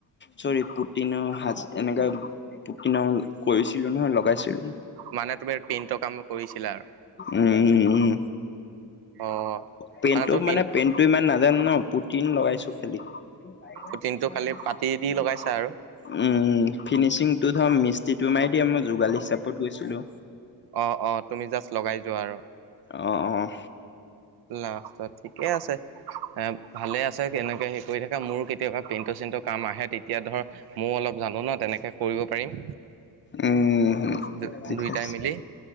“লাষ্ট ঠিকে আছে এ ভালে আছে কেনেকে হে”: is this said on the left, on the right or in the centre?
Right